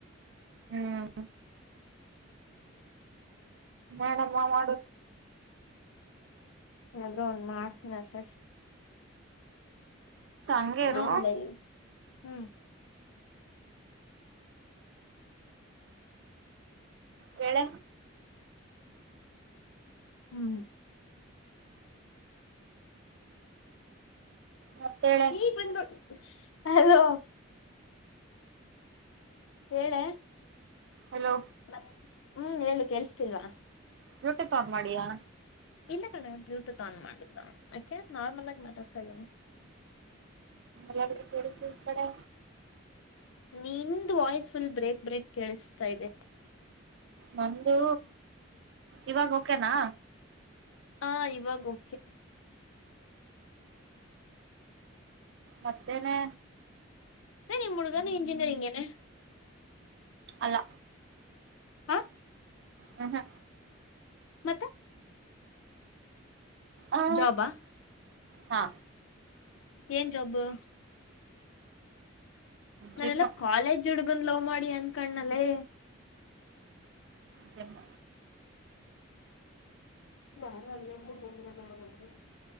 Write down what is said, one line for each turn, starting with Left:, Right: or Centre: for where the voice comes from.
Right: ಹ್ಮ್ ಮಾಡಮ್ಮ ಮಾಡ
Left: ಅದ ಒನ್ ಮಾಡ್ತೀನ ಅತ್ತ
Right: ತಂಗೇರು
Left: ನಂದ ಲ ಹ್ಮ್
Right: ಹೇಳ
Left: ಹ್ಮ್
Right: ಮತ್ತೇಳೆ
Left: ಈ ಬಂದ್ಬ ಹಲೋ ಹೇಳೆ
Right: ಹಲೋ
Left: ಮತ್ತ ಹ್ಮ್ ಹೇಳು ಕೇಸ್ತಿಲ್ವಾ
Right: ಬ್ಲೂಟೂತ್ ಆನ್ ಮಾಡಿಯಾ
Left: ಇಲ್ಲ ಕಣ್ಣ ಬ್ಲೂಟೂತ್ ಆನ್ ಮಾಡಿಲ್ಲ ಯಾಕೆ ನಾರ್ಮಲ್ ಆಗಿ ಮಾತಾಡ್ತಾ ಇದೀನಿ
Right: ನ ಕುಡತಿ ಇಪಡೆ
Left: ನಿಂದ ವಾಯ್ಸ್ ಫುಲ್ ಬ್ರೇಕ್ ಬ್ರೇಕ್ ಕೇಳಿಸ್ತಾ ಇದೆ
Right: ನಂದು ಇವಾಗ ಓಕೆನಾ
Left: ಹಾ ಇವಾಗ ಓಕೆ
Right: ಮತ್ತೇನೆ
Left: ನ ನಿ ಮುಡ್ಗಾನ ಇಂಜಿನಿಯರಿಂಗ್ ನೆ
Right: ಅಲ್ಲ
Left: ಹಾ
Right: ಹ ಹಾ
Left: ಮತ್ತೆ
Right: ಆ
Left: ಜಾಬಾ
Right: ಹಾ
Left: ಏನ್ ಜಬ್ಬು ನಾನೆಲ್ಲಾ
Right: ಜಿಮ್
Left: ಕಾಲೇಜ್ ಹುಡ್ಗನ್ ಲೋ ಮಾಡಿ ಅಂದ ಕಣಲ್ಲೇ
Right: ಜಮ್ಮ
Left: ನ ಅಲ್ಲ <unintelligible>